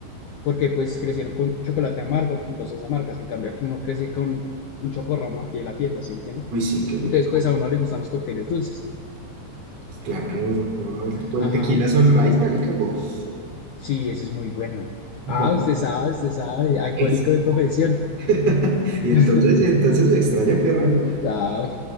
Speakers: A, on the left; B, on the right.
A: porque pues crecieron con chocolate amargo, con cosas amargas, en cambio aquí uno crece con un chocorramo aquí de la tienda, ¿sí me entiende
B: Uy, sí, qué rico.
A: Entonces pues a uno le gustan los cócteles dulces.
B: Claro, no, el,
A: Ajá,
B: el tequila Sunrise, marica, bof,
A: sí, ese es muy bueno.
B: bof,
A: Ah, usted sabe, usted sabe, alcohólico
B: ese.
A: de profesión.
B: <laughs> Y
A: <laughs>
B: entonces, y entonces me extraña, perro.
A: Ah, no, chao.